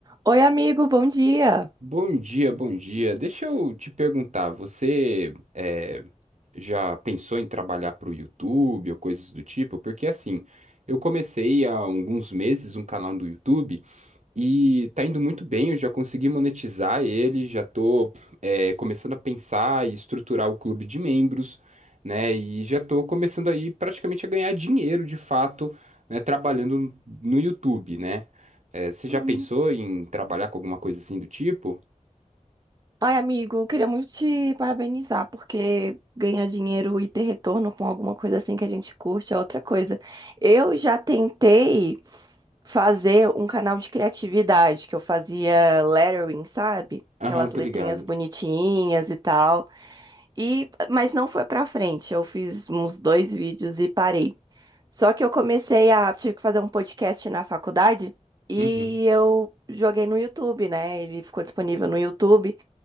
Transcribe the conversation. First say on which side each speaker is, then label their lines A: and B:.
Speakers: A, on the right; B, on the right.
A: Oi, amigo, bom dia.
B: Bom dia, bom dia. Deixa eu te perguntar, você eh, já pensou em trabalhar para o YouTube ou coisas do tipo? Porque assim, eu comecei há alguns meses um canal do YouTube e tá indo muito bem, eu já consegui monetizar ele, já tô eh, começando a pensar e estruturar o clube de membros, né? E já tô começando aí praticamente a ganhar dinheiro de fato, né, trabalhando no YouTube, né? Eh, você já
A: Uhum.
B: pensou em trabalhar com alguma coisa assim do tipo?
A: Ai, amigo, eu queria muito te parabenizar, porque ganhar dinheiro e ter retorno com alguma coisa assim que a gente curte é outra coisa. Eu já tentei fazer um canal de criatividade, que eu fazia lettering, sabe?
B: Aham,
A: Aquelas
B: tô
A: letrinhas
B: ligado.
A: bonitinhas e tal. E, mas não foi pra frente. Eu fiz uns dois vídeos e parei. Só que eu comecei a, tive que fazer um podcast na faculdade e
B: Uhum,
A: eu joguei no YouTube, né? Ele ficou disponível no YouTube.